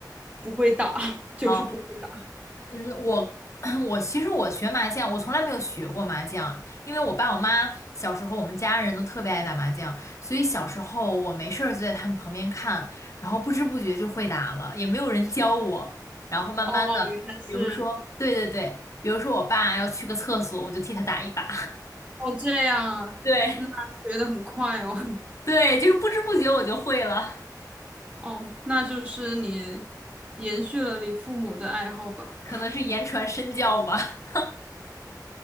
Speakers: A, on the right; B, on the left.
A: 不会打，<laughs> 就是不会打。
B: 好。嗯，我 <coughs> <clears throat> 我其实我学麻将，我从来没有学过麻将，因为我爸我妈小时候我们家人都特别爱打麻将，所以小时候我没事儿就在他们旁边看，然后不知不觉就会打了，也没有人教我，然后慢慢的，
A: 哦，原来是
B: 比如说，对对对，比如说我爸要去个厕所，我就替他打一把，
A: 哦这样啊，
B: <laughs> 对
A: 那学的很快哦。<laughs>
B: 对，就是不知不觉我就会了，
A: 哦，那就是你延续了你父母的爱好吧，
B: 可能是言传身教吧。